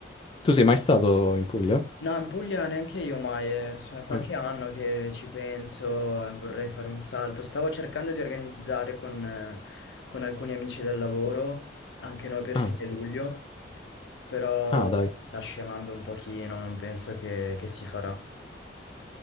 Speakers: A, on the left; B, on the left.
A: Tu sei mai stato in Puglia?
B: No, in Puglia neanche io mai, è s- qualche
A: Ah,
B: anno che ci penso e vorrei fare un salto. Stavo cercando di organizzare con, eh, con alcuni amici del lavoro, anche noi per
A: ah,
B: fine
A: ok.
B: luglio, però
A: Ah, dai.
B: sta scemando un pochino, non penso che, che si farà.